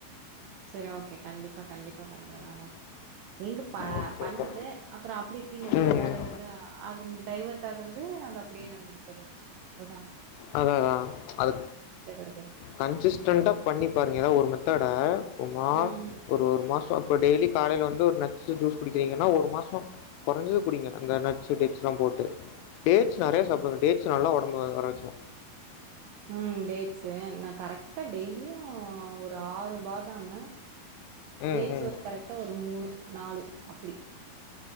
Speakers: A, on the right (about 75°); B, on the left (about 85°).
A: சரி ஓகே கண்டிப்பா கண்டிப்பா பண்ற
B: ம்.
A: நானு இங்கு பா
B: ஓகேக்கா.
A: பண்றது அப்றோ அப்டி இப்டின்னு எதோ
B: ம்.
A: ஒரு வேல வருதா அதுன் டைவட் ஆகுறதே அது அப்டியே நம்மகு தரது அவ்ளதா
B: அதா அதா அது
A: கெடக்குது
B: கன்சிஸ்டன்ட்டா பண்ணி பாருங்க ஏனா ஒரு மெத்தட உமால்
A: ம் ம்
B: ஒரு ஒரு மாசோ பு டெய்லி காலைய்ல வந்து ஒரு நட்ஸு ஜூஸ் குடிக்கிறீங்கன்னா ஒரு மாசோ கொறஞ்சது குடிங்க அந்த நட்ஸு டெட்ஸ்லா போட்டு டேட்ஸ்
A: ம் ம்
B: நறையா சாப்டுவு டேட்ஸ் நல்லா ஒட் ரொம்ப வர வச்சுர்வோ
A: ம் டேட்ஸு நா கரக்ட்டா டெய்லியு ஒரு ஆறு பாதாமு
B: ம்,
A: டேட்ஸ்
B: ம்.
A: ஒர் கரக்ட்டா ஒரு மூணு நாலு அப்புடி